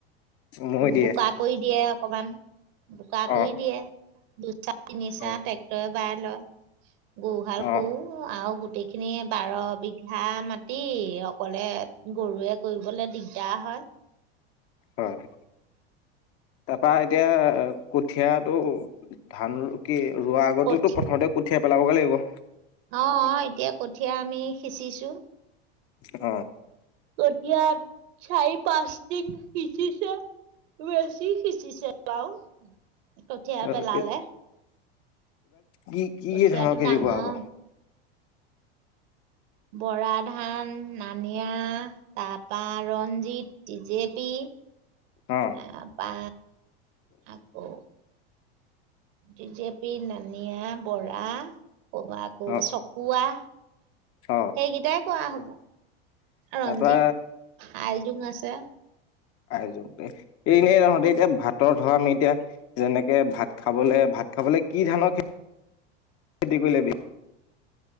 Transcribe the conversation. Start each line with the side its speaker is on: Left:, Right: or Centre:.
Left: মৈ দিয়ে
Right: বোকা কৰি দিয়ে অকমান। বোকা কৰি
Left: অ
Right: দিয়ে। <unintelligible> <unintelligible>
Left: অ
Right: ট্ৰেক্টৰে বাই লই। গৰু হাল
Left: অ
Right: সৌ আও গোত গোটেইখিনি বাৰ বিঘা মাতি অকলে গৰুৱে কৰিবলৈ দিগ দাৰ হয়।
Left: অ'হ। তাৰপা এতিয়া কঠিয়াটো <unintelligible> ৰোৱা আগতোতো,
Right: কঠি
Left: পথাৰতে কঠীয়া পেলাবগে লাগিব।
Right: অ' অ' এতিয়া কঠীয়া আমি সিঁচিছো।
Left: অ'হ।
Right: কঠিয়াত চাইপ পাঁচ টিং সিচিছে। বেছি সিচিছে। বাৰু। কঠিয়া
Left: এইবাৰ
Right: পেলালে,
Left: কি কি
Right: কঠিয়াটো
Left: কি ধানৰ খেতি
Right: ডাঙৰ।
Left: কৰা হ'ব
Right: বৰা ধান, নানিয়া, তাপা ৰঞ্জিত, টি জে পি
Left: অ
Right: তাপা আকৌ টি জে পি মানে ধনিয়া, বৰা, আকৌ
Left: অ
Right: চকুৱা,
Left: অ
Right: সেইকেইটাই কৰোৱা হ'ব। ৰঞ্জিত,
Left: তাৰপা
Right: আইজোং আছে।
Left: আয়জোং তে এনেই তহতে এতিয়া, ভাতৰ ধৰা আমি এতিয়া, যেনেকে ভাত খাবলৈ, ভাত খাবলৈ কি ধানৰ, খেতি কৰি লবি?